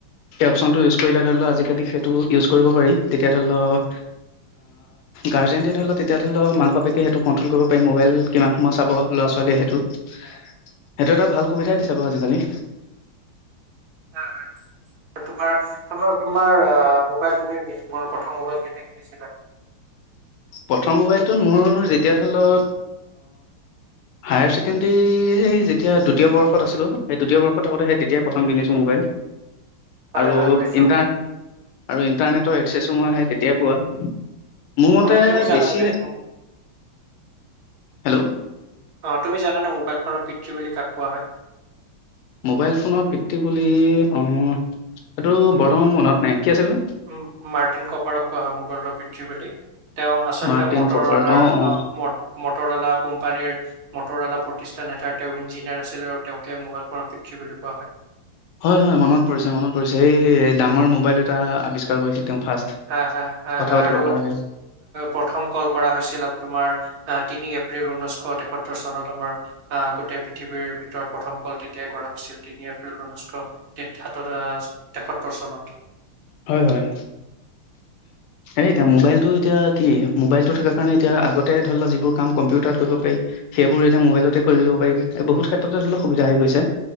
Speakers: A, on the left; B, on the right.
A: সেই অপশচনটো ইউজ কৰিলে ধৰি লও আজিকালি সেইটো ইউজ কৰিব পাৰি তেতিয়া ধৰি লওক গাৰ্জেনটে ধৰি লক তেতিয়া ধৰি লও মাক বাপেকে সেইটো কণ্ট্ৰল কৰিব পাৰি ম'বাইল কিমান সময় চাব ল'ৰা ছোৱালীয়ে সেইটো সেইটো এটা ভাল সুবিধাই দি চাব আজিকালি।
B: হয় নিশ্চয় নিশ্চয় তোমাৰ তোমাৰ তোমাৰ অ' মোবাইল তুমি প্ৰথম মোবাইল- টেক দিছিলা?
A: প্ৰথম মোবাইলটোত মোৰ যেতিয়া ধৰি লওঁক হায়াৰ ছেকেণ্ডেৰী যেতিয়া দ্বিতীয় বৰ্ষত আছিলোঁ, সেই দ্বিতীয় বৰ্ষত থাকতে সেই তেতিয়াই প্ৰথম কিনিছোঁ মোবাইল।
B: হয়
A: আৰু
B: হয় বুজিছো
A: ইণ্টাৰ আৰু ইণ্টাৰনেট ই আহে কেতিয়াই পোৱা। মোৰ মতে
B: হয় তুমি জানা
A: বেছি
B: নাই
A: হেল্ল'।
B: অ', তুমি জানানে মোবাইল ফোনৰ পিতৃ বুলি কাক কোৱা হয়?
A: মোবাইল ফোনৰ পিতৃ বুলি অ', সেইটো বৰ্তমান মনত নাই। কি আছিল নো
B: উম, মাৰ্টিন কপাৰক কোৱা হয় মোবাইলৰ পিতৃ বুলি। তেওঁ আচলতে
A: মাৰ্টিন
B: মটৰৱালাৰ
A: কপাৰ অ অ
B: ম মটৰৱালা। কোম্পানীৰ মটৰৱালা প্ৰতিষ্ঠান এটাৰ তেওঁ ইঞ্জিনিয়াৰ আছিল আৰু তেওঁকে মোবাইল ফোনৰ পিতৃ বুলি কোৱা হয়।
A: হয় হয় মনত পৰিছে মনত পৰিছে এই ডাঙৰ মোবাইল এটা আৱিষ্কাৰ কৰিছিল তেওঁ। ফাৰ্ষ্ট
B: হ হ আৰু
A: কথা পাতিব পৰাকে
B: প্ৰথম কল কৰা হৈছিল তোমাৰ। আহ তিনি এপ্ৰিল ঊনৈছশ তেসত্তৰ চনত আমাৰ আহ গোটেই পৃথিৱীৰ ভিতৰত প্ৰথম কল তেতিয়াই কৰা হৈছিল তিনি এপ্ৰিল ঊনৈছশ তেসাত্তৰ আহ তেসত্তৰ চনত।
A: হয় হয়। এই এতিয়া মোবাইলটো এতিয়া কি মোবাইলটো থকাৰ কাৰণে এতিয়া আগতে ধৰি লওক যিবোৰ কাম কম্পিউটাৰত কৰিব পাৰি সেইবোৰ এতিয়া মোবাইলতে কৰি দিব পাৰি বহুত ক্ষেত্ৰতে ধৰি লও সুবিধা হৈ গৈছে,